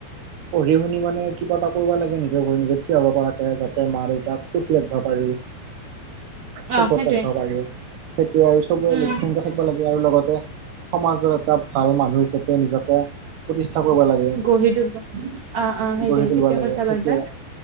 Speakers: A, on the right; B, on the right.
A: পঢ়ি শুনি মানে কিবা এটা কৰিব লাগে নিজৰ ঘৰি নিজে থিয় হব পৰাকে মা দেউতাক সুখী ৰাখিব পাৰি সুখত
B: অ সেইটোৱে
A: ৰাখিব পাৰি সেইটো আৰু সবোৰে
B: উম
A: লক্ষ্য সংখ্যা থাকিব লাগে আৰু লগতে সমাজৰ এটা ভাল মানুহ হিচাপে নিজকে প্ৰতিষ্ঠা কৰিব লাগে
B: গহি দা অ অ সেইটোৱে
A: গঢ়ি তুলিব
B: ঠিকে
A: লাগে
B: কৈছা
A: সেইটোৱে
B: বাৰু তই